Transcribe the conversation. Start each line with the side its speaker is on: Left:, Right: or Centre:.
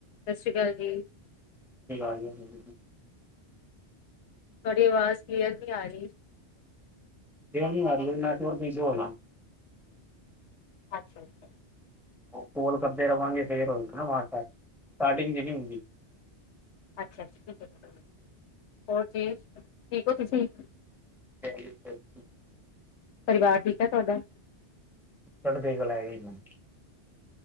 Left: ਸਤਿ ਸ਼੍ਰੀ ਅਕਾਲ ਜੀ।
Centre: ਆ ਜ <unintelligible>
Left: ਤੁਹਾਡੀ ਆਵਾਜ਼ ਕਲੀਅਰ ਨੀ ਆ ਰਹੀ।
Centre: ਮੈਨੂੰ ਆ ਰਹੀ ਹੈ ਨੈਟਵਰਕ ਬਿਜੀ ਹੋ
Left: ਅੱਛਾ-ਅੱਛਾ।
Centre: ਕੋਲ ਕਰਦੇ ਰਵਾਂਗੇ, ਫੇਰ ਹੋਏਗੀ ਨਾ ਅਵਾਂਜ ਸਾਫ ਨਾ, ਸਟਾਰਟਿੰਗ ਚ, ਨੀ ਹੁੰਦੀ।
Left: ਅੱਛਾ-ਅੱਛਾ, ਠੀਕ-ਠੀਕ ਆ। ਹੋਰ ਜੀ ਠੀਕ ਹੋ ਤੁਸੀਂ?
Centre: ਚੜ੍ਹਦੀ
Left: ਪਰਿਵਾਰ ਠੀਕ ਏ ਤੁਹਾਡਾ?
Centre: ਪਿੰਡ ਗਈ ਤਾਂ, ਲੈ ਜੀ ਮੈਨੂੰ। <unintelligible>